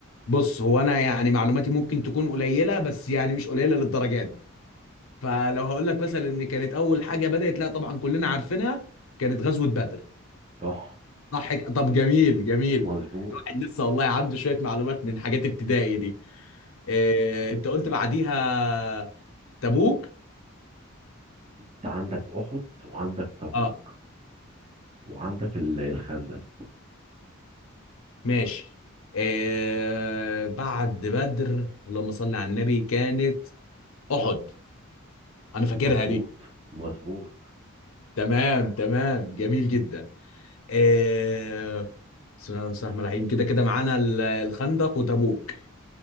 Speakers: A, on the left; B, on the right.
A: بص هو انا يعني معلوماتي ممكن تكون قليلة بس يعني مش قليلة للدرجة دي فلو هقول لك مثلا ان كانت اول حاجة بدأت لا طبعا كلنا عارفينها كانت غزوة بدر
B: صح
A: صح ك- طب جميل جميل
B: مظبوط
A: الواحد لسه والله عنده شوية معلومات من حاجات ابتدائي دي إيه، انت قلت بعديها تبوك
B: انت عندك أحد وعندك تبوك
A: اه
B: وعندك ال- الخندق
A: ماشي آه بعد بدر اللهم صل على النبي كانت احد انا فاكرها
B: مظبوط
A: دي
B: مظبوط
A: تمام تمام جميل جدا آه بسم الله الرحمن الرحيم كده كده معانا ال- الخندق وتبوك